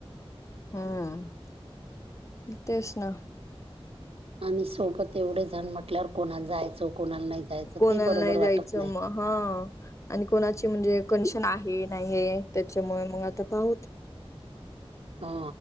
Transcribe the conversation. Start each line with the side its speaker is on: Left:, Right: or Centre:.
Left: हम्म तेच ना
Right: आणि सोबत एवढे जण म्हटल्यावर कोणाला जायचं कोणाला नाही जायचं
Left: कोणाला
Right: ते बरोबर
Left: नाही
Right: वाटत
Left: जायचं
Right: नाही
Left: मग हा आणि कोणाची म्हणजे कंडीशन आहे नाही आहे त्याच्यामुळे मग आता पाहत.
Right: हा